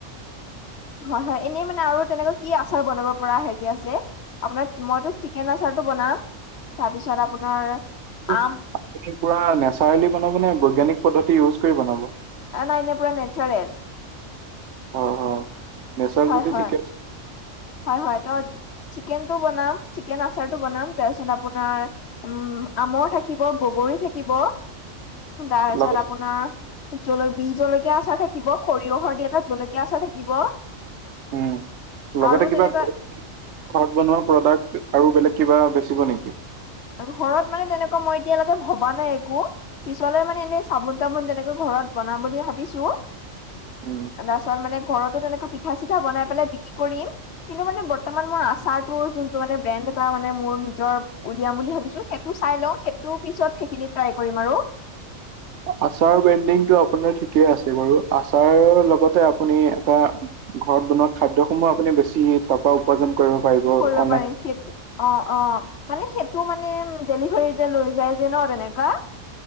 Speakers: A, on the left; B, on the right.
A: হয়। হয় এনে মানে আৰু তেনেকা কি আচাৰ বনাব। পৰা হেৰি আছে আপোনাৰ মইতো চিকেন আচাৰটো বনাম। তাৰপিছত আপোনাৰ
B: পু
A: আম
B: পুৰা নেচাৰেলি বনাব নে বৈজ্ঞানিক পদ্ধতি ইউজ কৰি বনাব।
A: অ নাই নাই পুৰা নেচাৰেল।
B: হয় হয় নেচাৰেল
A: হয়
B: যদি
A: হয়
B: ঠিকে আছে।
A: হয় হয় ত চিকেনটো বনাম চিকেন আচাৰটো বনাম। তাৰপিছত আপোনাৰ উম আমৰ থাকিব, বগৰী থাকিব, তাৰপিছত
B: লগতে
A: আপোনাৰ জল বি জলকীয়া আচাৰ থাকিব, সৰিয়হৰ দি এটা জলকীয়া আচাৰ থাকিব।
B: উম, লগতে
A: আৰু
B: কিবা
A: তেনেকুৱা
B: ঘৰত বনোৱা প্ৰডাক্ট আৰু বেলেগ কিবা বেচিব নেকি?
A: এইবোৰ ঘৰত মানে তেনেকুৱা মই এতিয়ালৈকে ভবা নাই একোঁ। পিছলৈ মানে এনেই চাবোন-তাবোন যেনেকৈ ঘৰত বনাম বুলি ভাবিছোঁ।
B: উম,
A: তাৰছত মানে, ঘৰতো তেনেকে পিঠা-চিঠা বনাই পেলাই বিক্ৰী কৰিম। কিন্তু মানে বৰ্তমান মই আচাৰটোৰ যোনটো মানে ব্ৰেণ্ড এটা মানে মোৰ নিজৰ উলিয়াম বুলি ভাবিছোঁ সেইটো চাই লওঁ সেইটোৰ পিছত সেইখিনি ট্ৰাই কৰিম আৰু।
B: আচাৰ বেণ্ডিংটো আপোনাৰ ঠিকেই আছে, বাৰু, আচাৰৰ লগতে আপুনি এটা ঘৰত বনোৱা খাদ্যসমূহ আপুনি বেছি টকা উপাৰ্জন কৰিব পাৰিব, অনলাই
A: কৰিব পাৰিম সেইটো অ' অ' মানে সেইটো মানে ডেলিভাৰী যে লৈ যায় যে ন, তেনেকা?